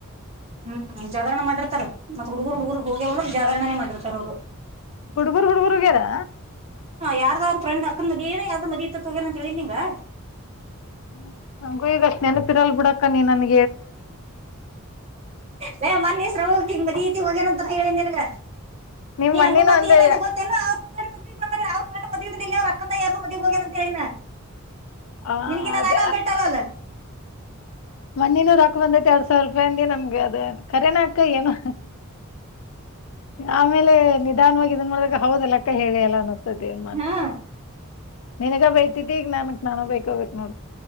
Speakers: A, on the right; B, on the left.
A: ಹ್ಮ್ ಜಾಗರಣ ಮಾಡಿ <unintelligible> ಮಾಡಿರ್ತಾರೆ ಮತ್ ಹುಡುಗರು ಹುಡುಗರು ಹೋಗವಂದರೆ ಜಾಗರಣನೆ ಮಾಡಿರ್ತ ಅವ್ರು.
B: ಹುಡುಗುರು ಹುಡುಗುರು ಹೋಗ್ಯರಾ.
A: ಯಾರ್ದ್ರ ಫ್ರಂಡ್ ಅಕ್ಕನ ಮದಿ ಯಾರ್ದ್ ಮದುವೆಯಿತಂತ ಹೋಗ್ಯಾನಂತ ಹೇಳಿದ್ನಿಂಗಾ.
B: ಹ್ಮ ನಂಗೂ ಈಗ ಅಷ್ಟ ನೆನಪ ಇರಲ್ಲ ಬಿಡಾಕ ನೀನ್ ನನ
A: ಹೇ ಮೋನ್ನಿ ಸ್ರಾವುಕಿ ಮದಿತಿ ಐತಿ ಹೋಗಾನಂತ. ಹೇಳಿನ್ ನಿಂಗ,
B: ನಿಮ್
A: ನೀ
B: ಮನ್ನಿನು
A: ಹಂಗು ಮತ್ತ್
B: ಅಂದೆ
A: ಏನಂದೆ ಗೊತೇನು. <unintelligible> ಅವ್ ಅಕ್ಕಂದ ಯಾರ ಮದ್ವೀಗೆ ಹೋಗನ ಅಂತ ಹೇಳೀನಿ.
B: ಆ
A: ನಿನಗಿನ್ನ
B: ಅದ
A: ನಾನಾ ಬೆಟರ್ ಅಲ್ಲ.
B: ಮೊನ್ನೆನು ರೊಕ್ಕ ಬಂದೈತಿ ಎರಡ್ ಸಾವಿರ ರೂಪಾಯಿಂದಿ ನಮ್ಗೆ ಅದ ಕರನಾಕ್ಕ ಏನೊ. ಆಮೇಲೆ ನಿಧಾನವಾಗಿ ಇದನ್ ಮಾಡಾಗ ಹೌದಲ್ಲ ಅಕ್ಕ ಹೇಳಿ ಎಲ್ಲ ಅನ್ನತ. <unintelligible> ತಿ ಏನ್ ಮತ್
A: ಹ್ಮ್
B: ನಿನಗ ಬೈತಿದ್ದ ಈಗ ನನ್ಕ್ ನಾನ ಬೈಕೋಬೇಕ್ ನೋಡ್ರಿ.